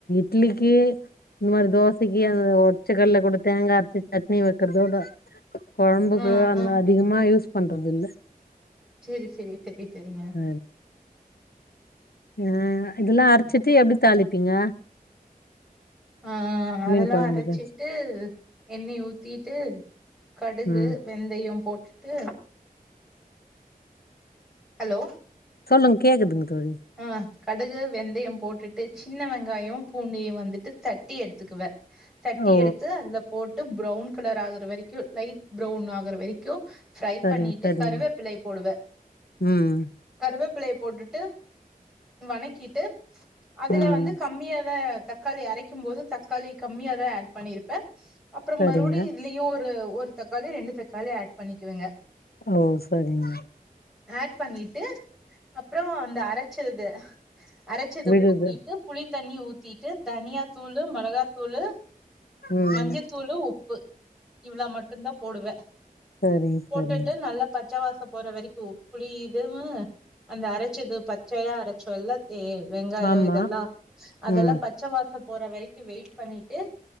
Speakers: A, on the left; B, in the centre.
A: இட்லிக்கு இந்த மாரி தோசைக்கு அந்த ஒ பச்சக்கல்ல கூட தேங்கா அரச்சு சட்னி வைக்கறதோட கொழம்புக்கு
B: ம்
A: அந்த
B: ம்
A: அதிகமா யூஸ் பண்றதுல்ல
B: சேரி செரி செரி செரிங்க
A: ஆ ஆ இதுல்லா அரச்சிட்டு எப்டி தாளிப்பீங்க
B: ஆ அதெல்லா
A: மீன் கொழம்புக்கு
B: அரச்சிட்டு எண்ணெய ஊத்திட்டு கடுகு
A: ம்
B: வெ வெந்தையம் போட்டுட்டு ஹலோ
A: சொல்லுங் கேக்குதுங்க தோழி
B: ம் கடுகு வெந்தயம் போட்டுட்டு சின்ன வெங்காயோ பூண்டையு வந்துட்டு தட்டி எடுத்துக்குவ தட்டி
A: ஓ
B: எடுத்து அதுல போட்டு ப்ரௌன் கலர் ஆகுற வெரைக்கு லைட் ப்ரௌன் ஆகுற வெரைக்கு ஃப்ரை
A: சரிங்க
B: பண்ணிட்டு
A: சரிங்க
B: கருவேப்பிலைய போடுவ
A: ம்
B: கருவேப்பிலைய போட்டுட்டு வணக்கிட்டு அதுல
A: ம்
B: வந்து கம்மியாத தக்காளி அரைக்கும்போது தக்காளி கம்மியா தா அட் பண்ணிருப்ப அப்புறம்
A: சரிங்க
B: மறுவுடி இதுல இவ் ஒரு ஒரு தக்காளி ரெண்டு தக்காளி அட் பண்ணிக்குவெங்க
A: ஓ சரிங்க
B: அட் பண்ணிட்டு அப்றோ அந்த அரைச்சத அரைச்சத
A: விடுது
B: ஊத்திட்டு புளித்தண்ணி ஊத்திட்டு தனியாத்தூளு மெளகாத்தூளு
A: ம்
B: மஞ்சத்தூளு உப்பு இவ்ளா மட்டு தா போடுவ
A: சரிங்க
B: போட்டுட்டு
A: சரிங்க
B: நல்லா பச்சைவாசோ போற வரை கு புளி இதுவு அந்த அரைச்சது பச்சையா அரைச்சோல்ல எ வெங்காயோ
A: ஆமா
B: இதெல்லா அதெல்லா
A: ம்
B: பச்ச வாசோ போற வெரைக்கு வெயிட் பண்ணிட்டு